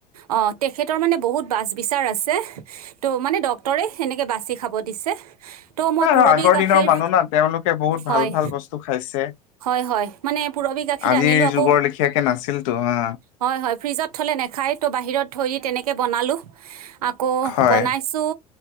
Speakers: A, on the right; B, on the left.
A: অ, তেখেতৰ মানে বহুত বাচ বিচাৰ আছে ত' মানে ডক্তৰেট হেনেকে বাচি খাব দিছে। ত' মই
B: আৰু
A: পুৰৱী
B: আগৰ
A: গাখীৰ
B: দিনৰ মানুহ না তেওঁলোকে বহুত ভাল
A: হ'য়।
B: ভাল বস্তু খাইছে।
A: হয়, হয় মানে পুৰবি গাখীৰ
B: আজিৰ
A: আনিলোঁ আকৌ
B: যুগৰ লেখীয়াকে নাছিলতো হা।
A: হয় হয় ফ্ৰিজত থ'লে নাখায় তো বাহিৰত থৈ তেনেকৈ বনালোঁ। আকৌ
B: হয়
A: বনাইছোঁ